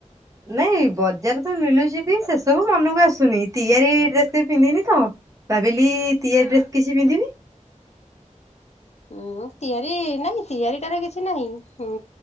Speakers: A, on the right (about 25°); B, on the left (about 60°).
A: ନାଇଁ ବଜାର ତ ମିଳୁଛି କି ସେସବୁ ମନକୁ ଆସୁନି ତିଆରି ଡ୍ରେସ କେ ପିନ୍ଧିନି ତ ଭାବିଲି ତିଆରି ଡ୍ରେସ କିଛି ପିନ୍ଧିବି। <inaudible>
B: ଉଁ ତିଆରି ନାଇଁ ତିଆରିଟାରେ କିଛି ନାହିଁଁ।